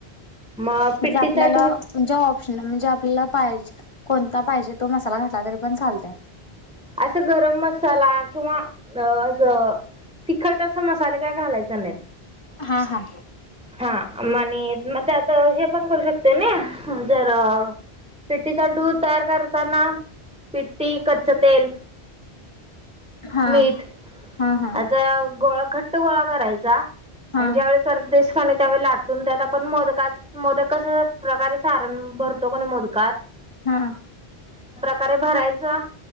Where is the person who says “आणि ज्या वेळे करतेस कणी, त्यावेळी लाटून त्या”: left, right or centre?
Centre